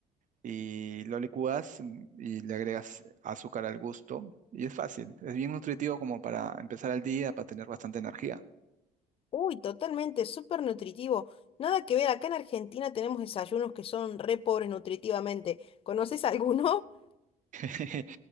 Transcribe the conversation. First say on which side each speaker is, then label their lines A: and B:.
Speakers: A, on the right; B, on the left.
A: y lo licúas mm, y le agregas azúcar al gusto y es fácil, es bien nutritivo como para empezar el día, para tener bastante energía.
B: Uy, totalmente, súper nutritivo. Nada que ver, acá en Argentina tenemos desayunos que son re pobres nutritivamente. ¿Conoces alguno? <laughs>
A: <laughs>